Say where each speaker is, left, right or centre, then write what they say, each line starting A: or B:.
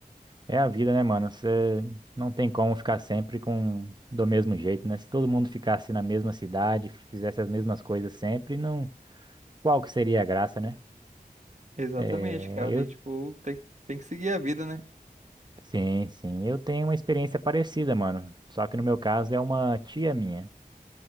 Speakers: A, on the right; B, on the right.
A: é a vida, né, mano? Você não tem como ficar sempre com do mesmo jeito, né? Se todo mundo ficasse na mesma cidade, fizesse as mesmas coisas sempre, não, qual que seria a graça, né?
B: Exatamente,
A: É,
B: cara.
A: eu
B: E tipo, tem, tem que seguir a vida, né?
A: sim, sim, eu tenho uma experiência parecida, mano. Só que no meu caso é uma tia minha.